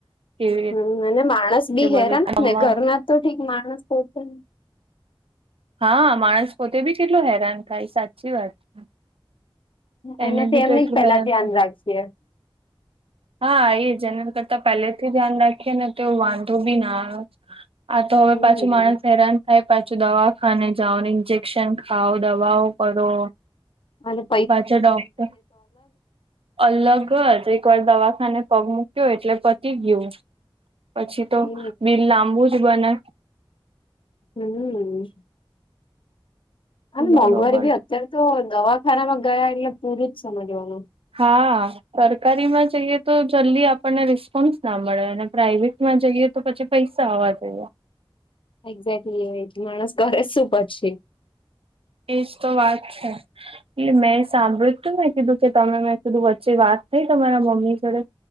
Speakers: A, on the right; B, on the left.
A: કેવી
B: હમ અને માણસ
A: રીતે
B: બી
A: બધું
B: હેરા ને
A: આમાં.
B: ને ઘરમાં તો ઠીક માણસ પોતેે ને
A: હા માણસ પોતે બી કેટલું હેરાન થાય સાચી વાત. છે,
B: એનાથી
A: એને બી
B: એમ
A: તો
B: ન
A: એટલું
B: પેલા
A: હેરાન
B: ધ્યાન
A: થ
B: રાખજે
A: હા એ જના કરતા પહેલેથી ધ્યાન રાખીએ ને તે વાંધો બી ના આવે. આ તો હવે
B: હમ.
A: પાછું માણસ હેરાન. હ પાછું દવાખાને જાાવને ઇન્જેક્શન ખાાવ દવાઓ કરો.
B: અલ.
A: પાછા ડોક્ટર. અલગ જ એકવાર દવાખાને પગ મૂક્યો એટલે પતી ગયું. પછી તો
B: એજ
A: બિલ લાંબુ જ બને.
B: હમ. અને
A: બરોબર
B: મોંઘવારી બી અત્યારે તો દવાખાનામાં ગયા એટલે પૂરું જ સમજવાનું.
A: હા. સરકારીમાં જઈએ તો જલ્દી આપણને રિસ્પોન્સ ના મળે અને પ્રાાઈવેટમાં જઈએ. તો પછી પૈસા આવવા જોઈએ.
B: એક્ઝેક્ટલી એ માણસ ઘરે શું પ છે.
A: એજ તો વાત છે. એટલે મેં સાંભળ્યુંું મેં કીધું કે તમે મેં કીધું વચ્ચે વાત થઈ તમારા મમ્મી જોડે.